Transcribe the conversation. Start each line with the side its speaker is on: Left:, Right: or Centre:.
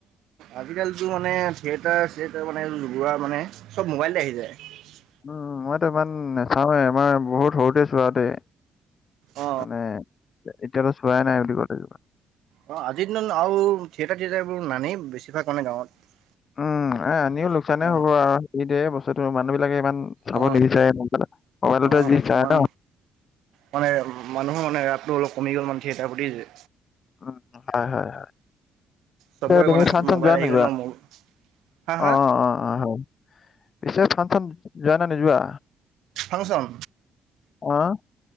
Right: আজিকালিতটো মানে থিয়েটাৰ চিয়েটাৰ মানে এইবোৰ মানে চব মোবাইলতে আহি যায়।
Left: উম মইতো ইমান নাচাওৱে। আমাৰ বহুত সৰুতে চোৱা দেই।
Right: অ
Left: মানে এতিয়াতো চোৱাই নাই বুলিলে কব লাগিব।
Right: অ আজিৰ দিন আৰু থিয়েটাৰ থিয়েটাৰবোৰ নানেই বেছিভাগ মানে ন গাঁৱত।
Left: উম এ আনিও
Right: অ
Left: লোকচানে
Right: অ
Left: হ'ব আৰু। ফিৰিতে বস্তুটো মানুহ বিলাকে ইমান চাব
Right: অ
Left: নিবিচাৰে ন। মোবাইল মোবাইলতে
Right: অ
Left: যি
Right: কিছুমান
Left: চাই ন
Right: মানে মানুহৰ মানে ৰাপটো অলপ কমি গ'ল মানে থিয়েটাৰ প্ৰতি যে
Left: উম হয় হয়।
Right: চবৰে
Left: তুমি
Right: মানে হাতত
Left: ফাংচন
Right: মোবাইল
Left: যোৱা
Right: আহি
Left: নে নোযোৱা?
Right: গ'ল ন মোৰ হা হা
Left: অ অ অ। পিছে ফাংচন যোৱা নে নোযোৱা?
Right: ফাংচন
Left: অঁ,